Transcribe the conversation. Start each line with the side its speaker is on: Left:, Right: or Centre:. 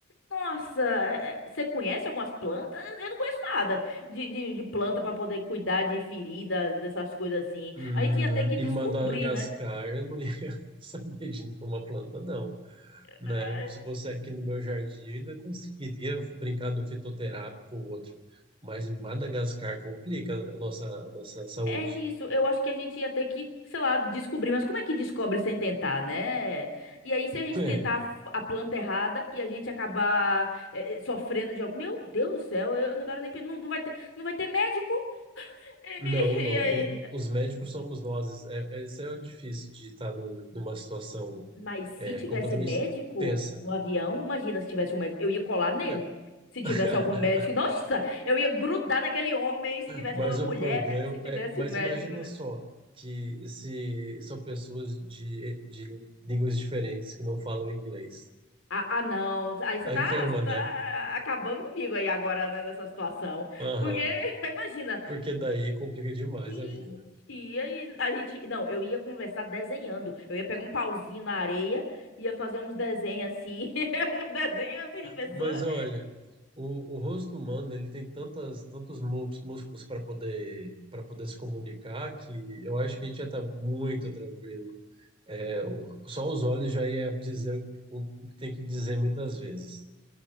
Left: Nossa, é- é- você conhece algumas plantas? Eu eu não conheço nada de, de, de planta para poder cuidar de ferida, dessas coisas assim.
Right: Hum,
Left: A gente ia ter que
Right: em
Left: descobrir,
Right: Madagascar
Left: né?
Right: eu não ia <laughs> saber de nenhuma planta, não. né?
Left: É
Right: Se fosse aqui no meu jardim, eu ainda conseguiria brincar do fitoterápico ou outro. Mas em Madagascar complica a nossa, a nossa saúde.
Left: é isso, eu acho que a gente ia ter que, sei lá, descobrir, mas como é que descobre sem tentar, né? E aí, se a gente
Right: É,
Left: tentar a f- a planta errada e a gente acabar eh, eh, sofrendo de algo. Meu Deus do céu, eu não quero nem. pe- Não, não vai ter, não vai ter médico? <laughs>
Right: não, não.
Left: E, aí.
Right: O- os médicos somos nós. É, é- isso é o difícil de estar num- numa situação
Left: Mas se
Right: é,
Left: tivesse
Right: completamente
Left: médico
Right: tensa.
Left: no avião, imagina se tivesse um médico, eu ia colar nele.
Right: É,
Left: Se tivesse
Right: <laughs>
Left: algum médico, <laughs> nossa, eu ia grudar naquele homem, se tivesse,
Right: Mas
Left: ou é mulher,
Right: o problema
Left: né? Se tivesse
Right: é, mas
Left: um médico,
Right: imagina
Left: né?
Right: só que se são pessoas de, de línguas diferentes que não falam inglês.
Left: Ah, ah, não. Aí você
Right: Aí
Left: tá,
Right: ferrou,
Left: você tá
Right: né?
Left: acabando comigo aí agora, né, nessa situação.
Right: Aham.
Left: Porque, <laughs> imagina,
Right: porque daí complica demais
Left: gente,
Right: a vida.
Left: e aí a gente. Não, eu ia conversar desenhando. Eu ia pegar um pauzinho na areia, ia fazer uns desenhos assim, <laughs> um desenho assim de pessoa.
Right: Mas olha, o, o rosto humano ele tem tantas, tantos mús- músculos para poder, para poder se comunicar que eu acho que a gente já está muito tranquilo. É, o- só os olhos já ia dizer o, o que tem que dizer muitas vezes.